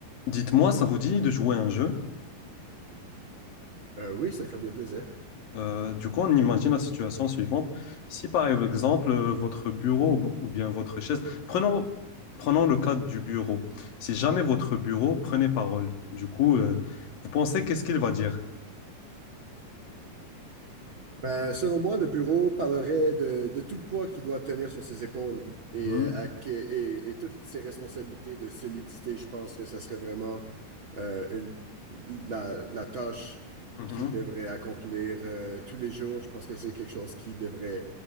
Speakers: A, on the left; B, on the right.
A: Dites-moi, ça vous dit de jouer à un jeu?
B: Euh, oui, ça me ferait bien plaisir.
A: Euh, du coup, on imagine la situation suivante. Si par exemple, euh, votre bureau ou ou bien votre chaise, prenons, prenons le cas du bureau. Si jamais votre bureau prenait parole, du coup, euh, vous pensez qu'est-ce qu'il va dire?
B: Ben, selon moi, le bureau parlerait de, de tout le poids qu'il doit tenir sur ses épaules
A: Mhm,
B: et, euh, à que- et, et toutes ses responsabilités de solidité. Je pense que ça serait vraiment euh, une, la, la tâche
A: mhm,
B: qu'il devrait accomplir euh, tous les jours. Je pense que c'est quelque chose qui devrait